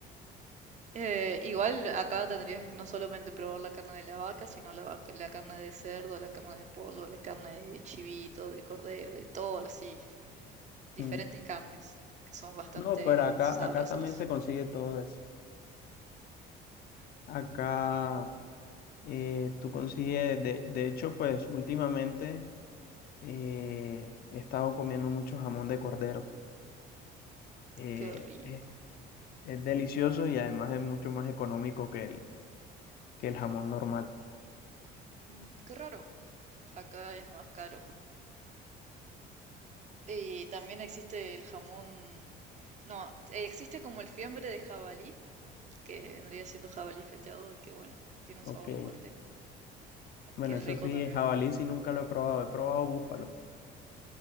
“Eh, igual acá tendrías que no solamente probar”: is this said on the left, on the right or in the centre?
Right